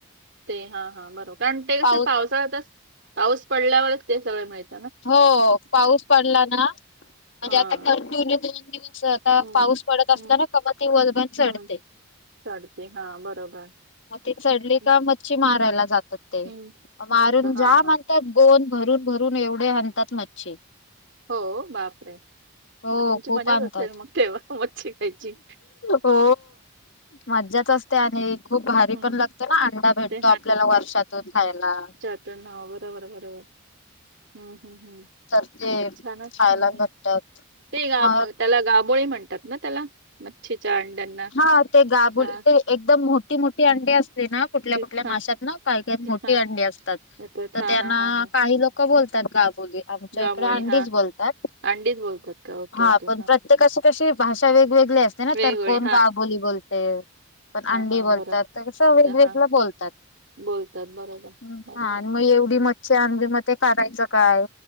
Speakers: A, on the right; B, on the left.
A: ते हा हा बरोबर कारण ते
B: पाऊस
A: कस पा पाऊस पडल्यावरच ते सगळे मिळत.
B: हो पाऊस पडला ना, म्हणजे
A: हा
B: आता कटीन्यु दोन दिवस आता
A: हम्म
B: पाऊस पडत असताना
A: हम्म
B: कपाती वजभण चढते.
A: हम्म चढते हा बरोबर.
B: मग ती चढली
A: हम्म
B: का मच्छी मारायला
A: हम्म
B: जातात ते
A: हम्म.
B: मारून
A: नव्हतं
B: ज्या
A: हा हा
B: माण गोन भरून भरून एवढे हणतात मच्छी
A: हो बापरे.
B: हो
A: मग तुमची
B: खूप
A: मजाच
B: आणतात
A: असेल मग तेव्हा मच्छी खायची.
B: हो मज्जाच असते आणि खूप भारी
A: हम्म
B: पण लागते ना अंडा भेटतो
A: ते
B: आपल्याला वर्षातून खायला.
A: त्यां ना बरोबर बरोबर. हम्म हम्म
B: तर ते
A: छान हम्म
B: खायला भेटतात
A: ते गा
B: मग
A: त्याला गाबोळी म्हणतात ना त्याला. मच्छीच्या अंड्यांना
B: हा ते गाबुल
A: हा.
B: ते एकदम मोठी मोठी अंडी असते ना कुठल्या
A: तीच
B: कुठल्या
A: हा
B: माशात ना काही काही मोठी
A: हा
B: अंडी असतात
A: येतात
B: तर
A: हा
B: त्यांना
A: हा हा हा
B: काही लोक का बोलतात गाबोळी. आमच्या
A: गाबोळी
B: इकडे अंडी
A: हा
B: बोलतात
A: अंडीच बोलतात का ओके
B: हा
A: ओके
B: पण प्रत्येक का समोर तशी भाषा वेगवेगळी असते.
A: वेगवेगळे
B: गाबुली बोलते परत अंडी
A: हा
B: बोलतात
A: बरं
B: तर कसं वेगवेगळ
A: त्या हा
B: बोलतात.
A: बोलतात बरोबर
B: ह
A: बरोबर
B: हा आणि मग एवढी
A: हं.
B: मच्छी आणली मग ते करायचं काय?